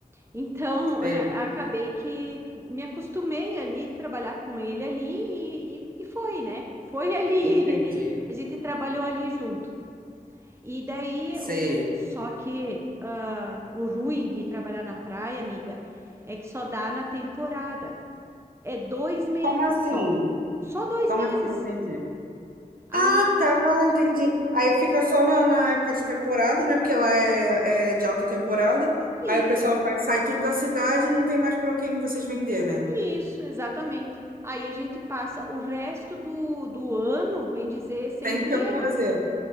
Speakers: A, on the right; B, on the right.
A: Então,
B: sei.
A: <laughs> acabei que me acostumei ali, trabalhar com ele ali e, e, e foi, né? Foi ali.
B: Entendi.
A: <laughs> A gente trabalhou ali junto. E daí,
B: Sei.
A: um, só que ah, o ruim de trabalhar na praia, amiga, é que só dá na temporada. É dois meses
B: Como assim?
A: só. Só dois
B: Como
A: meses.
B: assim? Não Entendi.
A: Aí,
B: Ah, tá, entendi. Aí fica só na, na época de temporada, né? Porque lá é, é de alta temporada.
A: i-
B: Aí o pessoal vai, sai tudo da cidade e não tem mais para quem vocês vender, né?
A: isso, exatamente. Aí a gente passa o resto do, do ano, bem dizer, sem
B: Tem
A: dinheiro.
B: que ter o que fazer.